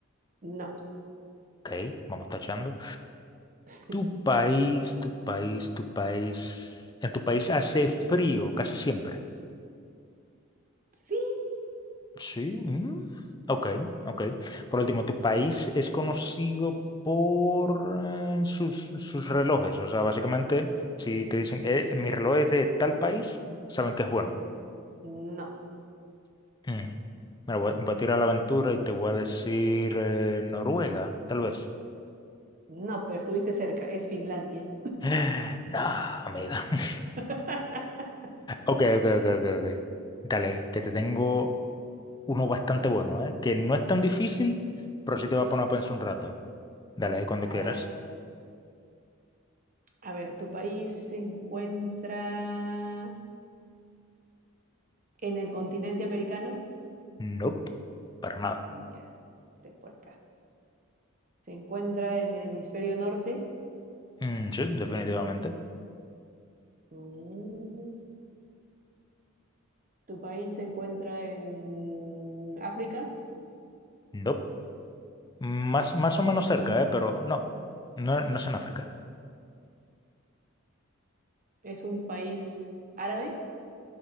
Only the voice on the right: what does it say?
no.
<laughs>
Sí,
mm, no.
No, pero estuviste cerca, es Finlandia.
<laughs>
A
ver, a ver, ¿tu país se encuentra en el continente americano?
Ya, es por acá. ¿Se encuentra en el hemisferio norte?
Mm. ¿Tu país se encuentra en África?
¿Es un país árabe?